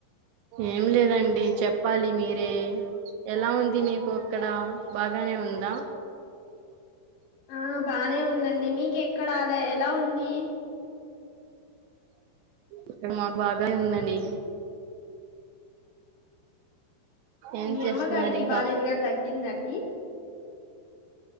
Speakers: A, on the right; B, on the left.
A: ఏం లేదండి చెప్పాలి మీరే ఎలా ఉంది మీకు అక్కడ బాగానే ఉందా
B: ఆ బాగనే ఉందండి మీకె ఇక్కడ అదే ఎలా ఉంది
A: ఇక్కడ మాకు బాగానే ఉందండి ఏం
B: మీ
A: చేస్తున్నారు
B: అమ్మగారకి
A: ఇంకా
B: బాలేదు గా తగ్ గ్గిందా అండి